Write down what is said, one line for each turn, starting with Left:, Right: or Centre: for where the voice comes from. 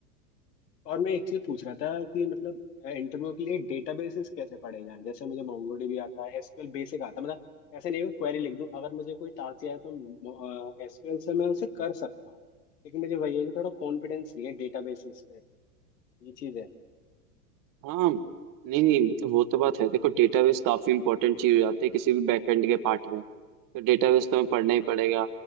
Left: और मैं एक चीज पूछ रहा था कि मतलब इंटरव्यू के लिए डेटाबेसेस कैसे पढ़े जाएं जैसे मुझे मोंगोडीबी आता है एसक्यूएल बेसिक आता है मतलब ऐसे नहीं मैं क्वेरी लिख दूं अगर मुझे कोई टास्क आए तो एसक्यूएल से मैं उसे कर सकता हूँ लेकिन मुझे वही है कि थोड़ा कॉन्फिडेंस नहीं है डेटाबेसेस पे ये चीज है
Right: हाँ नहीं नहीं मतलब वो तो बात है देखो डेटाबेस काफी इंपॉर्टेंट चीज हो जाती है किसी भी बैकएंड के पार्ट में तो डेटाबेस तो हमें पढ़ना ही पड़ेगा